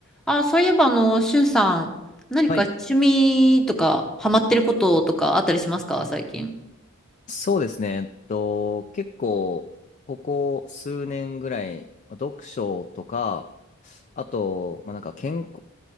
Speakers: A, in the centre; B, on the left (about 35°).
A: あ、そういえば、あの、しゅんさん、何か趣味とか、
B: はい。
A: ハマってることとかあったりしますか、最近。
B: そうですね。えっと、結構、ここ数年ぐらい、まあ読書とか、あと、まあ、なんか健康